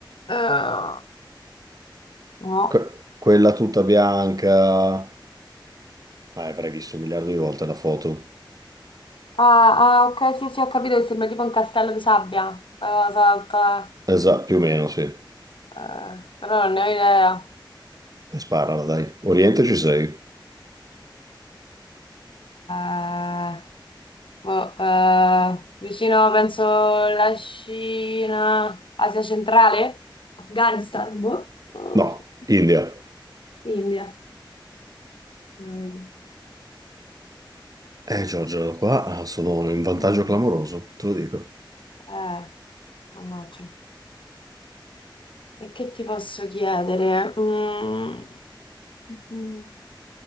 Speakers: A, on the left; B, on the right.
A: eh, No.
B: Que- quella tutta bianca. Ah, avrai visto un miliardo di volte la foto.
A: Ah, ah, ok, sì, sì, ho capito che sembra tipo un castello di sabbia. Eh, salta.
B: Esatto, più o meno, sì. E
A: Eh, però non ne ho idea.
B: sparala, dai. Oriente ci sei?
A: Eh, Boh, eh, vicino, penso, la Cina, Asia centrale? Afghanistan, boh, o
B: No, India.
A: India. Non vedi.
B: Eh, Giorgio, qua sono in vantaggio
A: Mm.
B: clamoroso, te lo dico.
A: Eh, mannaggia. E che ti posso chiedere? Mm. Mhm.